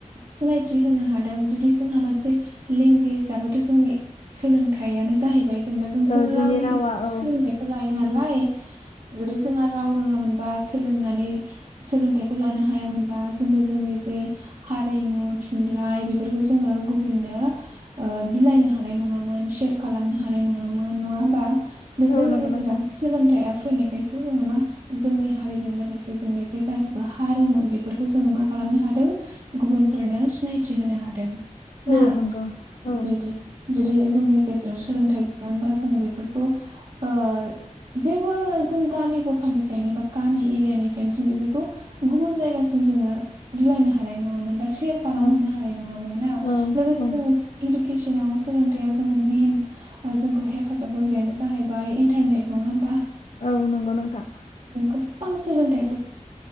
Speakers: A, on the right; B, on the left.
A: सिनायथि होनो हादों। जुदि जोंहा मोनसे लेंगुवेजआबो जोंनि सोलोंथाइयानो जाहैबाय <unintelligible> जों
B: औ
A: रावनि
B: जोंनि रावा
A: गेजेर
B: औ
A: सोलोंथाइखौ लायो ना लाय जुदि जोंहा राव रोङामोनबा सोलोंनानै सोलोंथाइखौ लानो हायामोनबा जोंनि जे हारिमु थुनलाय बे फोरखौ जोङो गुबुननो ओ बिलाइनो हानाय नङामोन शेयार खालामनो हानाय नङामोन। नङा होमबा? जोंनि
B: औ नंगौ
A: गेजेराव
B: नोंथां
A: सोलोंथाइया फैनायखायसो जोङो मा जोंनि हारिजों लोगोसे जोंनि जे गासिबो हारिमु बेफोरखौ जोङो मा खालामनो हादों गुबुनफोरनो सिनायथि होनो हादों।
B: औ
A: ना?
B: नंगौ औ
A: बेबायदि। जुदि
B: औ
A: जोंनि गेजेराव सोलोंथाइ गैयामोनबा जों बेफोरखौ ओ जेबो जों गामि गफानिफ्रायनो बा गामि एरियानिफ्रायनो जों बेफोरखौ गुबुन जायगासिम जोङो बिलायनो हानाय नङामोन। सेर खालामहरनो
B: औ
A: हानाय नङामोन ना?
B: औ
A: लोगोसे
B: औ
A: जोङो इदु किसनाव सोलोंथाइयाव जोङो मेन जोंखौ हेफाजाब होग्रायानो जा बाय इन्थारनेट नङा होमबा?
B: औ नंगौ नोंथां
A: जों आं सोलोंथाइ